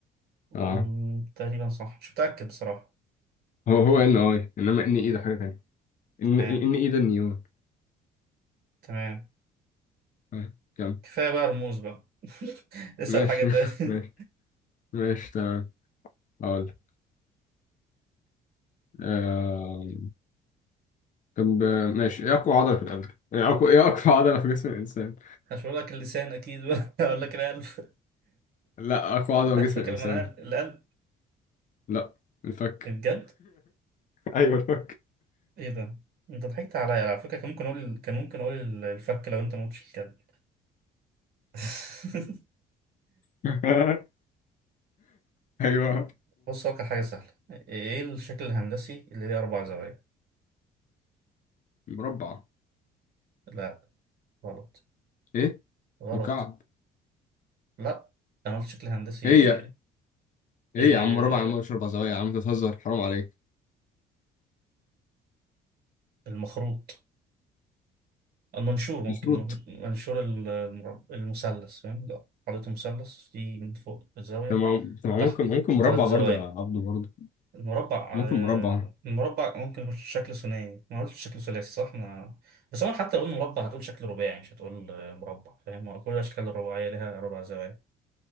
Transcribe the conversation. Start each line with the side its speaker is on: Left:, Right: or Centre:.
Left: اه
Right: مم، تقريبا صح مش متأكد بصراحة
Left: هو هو ان اي انما ان ايه ده حاجه تانية ان
Right: تمام
Left: ان ايه ده النيون
Right: تمام
Left: آه. كم
Right: كفاية بقى رموز بقى <laughs> اسأل
Left: ماشي
Right: حاجة تانية
Left: <laughs>
Right: <laughs>
Left: ماشي ماشي تمام اقول لك. آم، طب آه، ماشي ايه اقوى عضله في القلب ايه اقوى ايه اقوى عضله في جسم الانسان
Right: مش هقول لك اللسان اكيد بقى <laughs> هقول لك القلب <laughs>
Left: لا اقوى عضله
Right: على
Left: في
Right: فكرة
Left: جسم الانسان
Right: ما انا قلب- القلب
Left: لا الفك
Right: بجد
Left: <laughs> ايوه الفك
Right: ايه ده انت ضحكت عليا على فكرة كان ممكن اقول كان ممكن اقول الفك لو انت ما قلتش الكلب <laughs>
Left: <laughs> ايوه
Right: بص هقول لك حاجة سهلة ايه الشكل الهندسي اللي ليه اربع زوايا
Left: مربع
Right: لا غلط
Left: ايه
Right: غلط
Left: مكعب
Right: لا انا قلت شكل هندسي
Left: ايه يا ايه
Right: آه،
Left: يا عم مربع يا عم مش اربع زوايا يا عم أنت بتهزر حرام عليك
Right: المخروط المنشور ممكن
Left: مشروط
Right: نقول منشور ال- المرب- المثلث فاهم ده خريطة مثلث في من فوق الزاوية
Left: تمام تمام
Right: تحت
Left: ممكن ممكن مربع
Right: ثلاث زوايا
Left: برضه يا عبده برضه
Right: المربع آه،
Left: ممكن مربع
Right: المربع ممكن يكون شكل ثنائي ما قلتش شكل ثلاثي صح ما بس هو حتى لو قلنا مربع هتقول شكل رباعي مش هتقول آه، مربع فاهم كل الأشكال الرباعية لها ربع زوايا